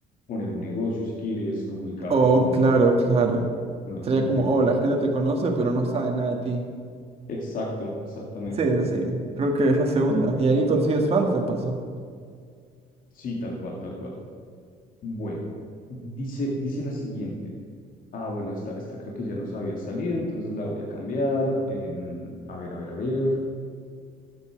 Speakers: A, on the left; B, on the right.
A: poner un negocio si quieres, comunicarte
B: Oh,
A: con,
B: claro, claro.
A: con la
B: Sería
A: gente.
B: como, oh, la gente te conoce, pero no sabe nada de ti.
A: Exacto, exactamente.
B: Sí, sí, creo que es la segunda. Y ahí consigues fans de paso.
A: Sí, tal cual, tal cual. Bueno, dice, dice la siguiente. Ah, bueno, esta, esta creo que ya nos había salido, entonces la voy a cambiar. em, a ver, a ver, a ver.